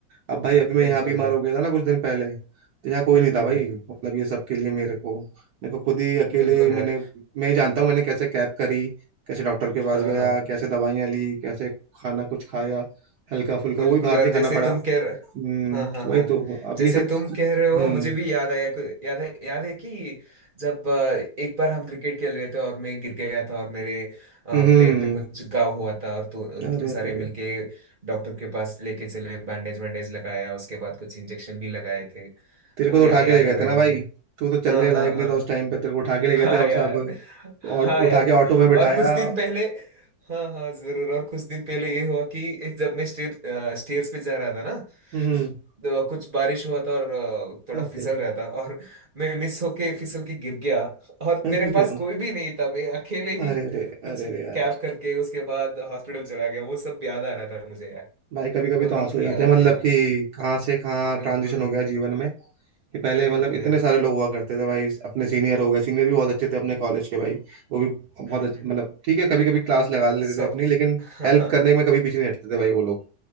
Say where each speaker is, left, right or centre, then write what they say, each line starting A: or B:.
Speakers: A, on the right (about 65°); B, on the right (about 40°).
A: अब भाई अभी मैं
B: बिल्कुल
A: यहाँ बीमार
B: यार
A: हो गया था ना कुछ दिन पहले तो यहाँ कोई
B: हम्म
A: नहीं था
B: हम्म
A: भाई
B: हम्म
A: मतलब ये सब के लिए मेरे को मेरे को खुद ही अकेले
B: बिल्कुल
A: मैंने
B: यार
A: मैं ही जानता हूँ मैंने कैसे कैब करी कैसे डॉक्टर के पास
B: हाँ
A: गया
B: हाँ
A: कैसे दवाइयाँ ली कैसे खाना कुछ खाया हल्का फुल्का
B: बिल्कुल
A: वही बाहर
B: यार
A: से खाना
B: जैसे
A: पड़ा
B: तुम कह रहे
A: हम्म
B: हाँ हाँ
A: वही
B: हाँ
A: तो अब
B: जैसे
A: ये सब
B: तुम कह रहे हो
A: हम्म
B: मुझे भी याद आया कु- याद है याद है कि जब अ, एक बार हम क्रिकेट खेल रहे थे और मैं गिर गया था और मेरे अ,
A: हम्म
B: पैर पे कुछ घाव हुआ था और तु,
A: अरे
B: तुम
A: अरे
B: सारे मिलके डॉक्टर के पास लेके चले बैंडेज वैंडेज लगाया उसके बाद कुछ इंजेक्शन भी लगाए थे
A: तेरे
B: वो
A: को तो
B: या,
A: उठा
B: याद
A: के ले गए
B: आ रहे
A: थे ना
B: हैं मुझे
A: भाई तू तो चलने
B: हाँ हाँ
A: लायक
B: हाँ
A: नहीं था उस
B: हाँ।
A: टाइम पे तेरे को उठा के ले गए
B: हाँ
A: थे हम
B: यार
A: सब और
B: हाँ
A: उठा
B: यार
A: के
B: कु-
A: ऑटो में बिठाया
B: और कुछ दिन पहले हाँ हाँ जरूर और कुछ दिन पहले ये हुआ कि जब मैं स्टेप स्टेयर्स पे जा रहा था ना
A: हम्म
B: तो कुछ बारिश हुआ था और अ, थोड़ा
A: अरे
B: फिसल रहा था और मैं मिस होके फिसल के गिर गया और
A: अरे
B: मेरे पास
A: अरे
B: कोई भी नहीं था मैं अकेले
A: अरे
B: ही कुछ
A: अरे अरे अरे यार
B: कैब करके उसके बाद हॉस्पिटल चला गया वो सब याद आ रहा था मुझे यार
A: भाई कभी कभी
B: वो
A: तो आंसू
B: दिन ही
A: हो जाते
B: अलग
A: हैं मतलब
B: थे यार
A: कि कहाँ से कहाँ
B: बिल्कुल
A: ट्रांजिशन हो गया जीवन में कि पहले मतलब
B: बिल्कुल
A: इतने
B: यार
A: सारे लोग हुआ करते थे भाई अपने सीनियर हो गए सीनियर भी बहुत अच्छे थे अपने कॉलेज के भाई वो भी बहुत
B: हम्म
A: अच्छे
B: हम्म
A: मतलब ठीक है कभी कभी क्लास लगा लेते
B: सब
A: थे अपनी लेकिन
B: <laughs>
A: हेल्प करने में कभी पीछे नहीं हटते थे भाई वो लोग